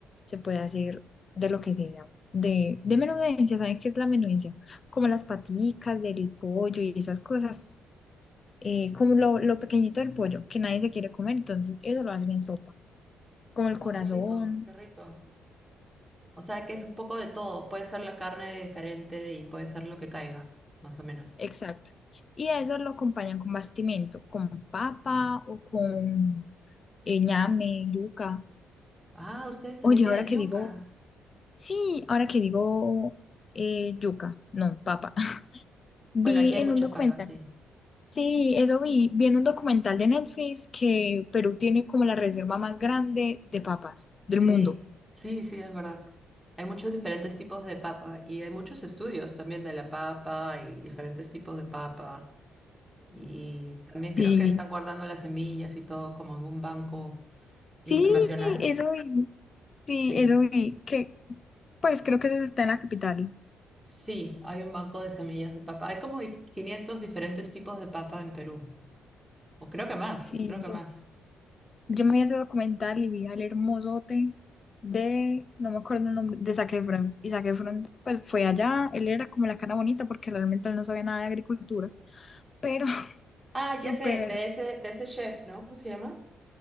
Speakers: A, on the left (about 40°); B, in the centre.
A: se puede hacer de lo que sea. De, de menudencia, sabes qué es la menudencia? Como las paticas del pollo y esas cosas. eh, como lo, lo pequeñito del pollo que nadie se quiere comer, entonces eso lo hacen en sopa. Como el
B: Oh,
A: corazón.
B: qué rico, qué rico. O sea que es un poco de todo. Puede ser la carne diferente y puede ser lo que caiga, más o menos.
A: Exacto. Y eso lo acompañan con bastimento, con papa o con eh, ñame, yuca.
B: Ah, ustedes también
A: Oye,
B: tienen
A: ahora que
B: yuca.
A: digo, sí, ahora que digo eh, yuca, no, papa. <laughs> Vi
B: Bueno, aquí hay
A: en
B: mucha
A: un documental,
B: papa, sí.
A: sí, eso vi, vi en un documental de Netflix que Perú tiene como la reserva más grande de papas del
B: Sí,
A: mundo.
B: sí, sí, es verdad. Hay muchos diferentes tipos de papa y hay muchos estudios también de la papa y diferentes tipos de papa. Y también
A: Sí.
B: creo que están guardando las semillas y todo como en un banco internacional.
A: Sí, eso vi, sí,
B: Sí.
A: eso vi, que pues creo que eso está en la capital.
B: Sí, hay un banco de semillas de papa. Hay como dif- 500 diferentes tipos de papa en Perú. O creo que más,
A: Sí,
B: creo que más.
A: Yo me vi ese documental y vi al hermosote de, no me acuerdo el nombre, de Zac Efron. Y Zac Efron, pues fue allá, él era como la cara bonita porque realmente él no sabía nada de agricultura, pero <laughs>
B: Ah,
A: súper,
B: ya sé, de ese, de ese chef, ¿no? ¿Cómo se llama?